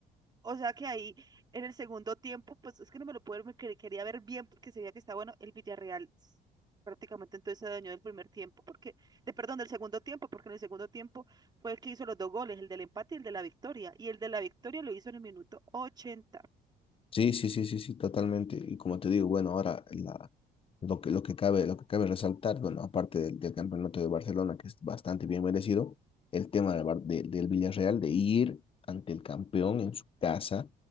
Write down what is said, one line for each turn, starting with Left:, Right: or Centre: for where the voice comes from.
Right: o sea que ahí en el segundo tiempo, pues es que no me lo puedo, me quer- quería ver bien porque se veía que está bueno el Villarreal. s- Prácticamente entonces se adueñó del primer tiempo, porque, de perdón, del segundo tiempo, porque en el segundo tiempo fue el que hizo los dos goles, el del empate y el de la victoria. Y el de la victoria lo hizo en el minuto ochenta
Left: Sí, sí, sí, sí, sí, totalmente. Y como te digo, bueno, ahora la, lo que, lo que cabe, lo que cabe resaltar, bueno, aparte del, del campeonato de Barcelona, que es bastante bien merecido, el tema del, Bar- de- del Villarreal, de ir ante el campeón en su casa